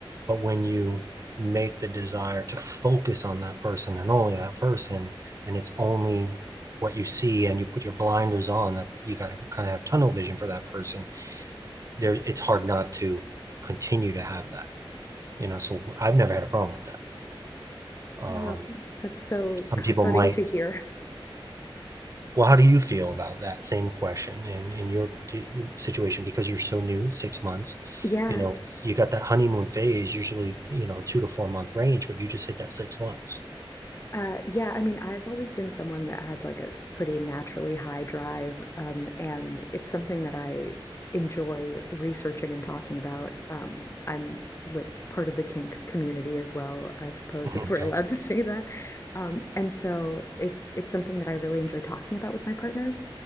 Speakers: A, on the right; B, on the left.
A: But when you make the desire to focus on that person and only that person, and it's only what you see, and you put your blinders on, that you got to kind of have tunnel vision for that person. There's it's hard not to continue to have that. You know, so I've never had a problem with that. Um,
B: I love them. that's so
A: some
B: comforting
A: people might.
B: to hear.
A: Well, how do you feel about that same question in, in your particular situation? Because you're so new, six months,
B: Yeah.
A: you know, you got that honeymoon phase, usually, you know, two to four month range, but you just hit that six months.
B: Uh, yeah, I mean, I've always been someone that had like a pretty naturally high drive, um, and it's something that I enjoy researching and talking about. Um, I'm like part of the kink community as well, I suppose,
A: <laughs>
B: if
A: okay.
B: we're allowed to say that. Um, and so it's it's something that I really enjoy talking about with my partners.